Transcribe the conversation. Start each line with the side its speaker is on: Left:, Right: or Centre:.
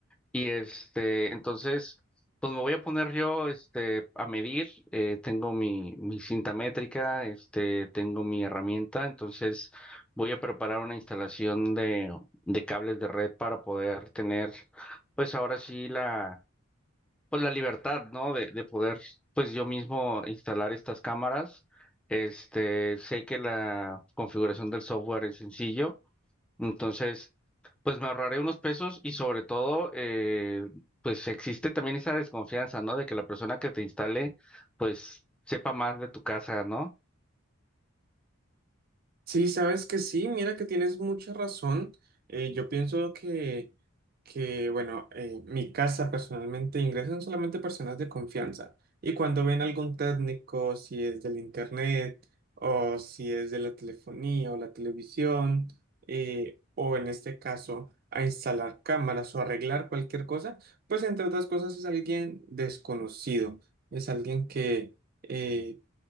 Centre: y este, entonces, pues me voy a poner yo este, a medir. eh, tengo mi, mi cinta métrica, este, tengo mi herramienta. Entonces, voy a preparar una instalación de, de cables de red para poder tener, pues ahora sí, la, pues la libertad, ¿no? De, de poder, pues yo mismo instalar estas cámaras. Este, sé que la configuración del software es sencillo. Entonces, pues me ahorraré unos pesos y sobre todo, eh, pues existe también esa desconfianza, ¿no? De que la persona que te instale, pues sepa más de tu casa, ¿no?
Right: Sí, sabes que sí, mira que tienes mucha razón. Eh, yo pienso que, que bueno, eh, mi casa personalmente ingresan solamente personas de confianza. Y cuando ven algún técnico, si es del internet o si es de la telefonía o la televisión, eh, o en este caso a instalar cámaras o arreglar cualquier cosa, pues entre otras cosas es alguien desconocido, es alguien que... eh,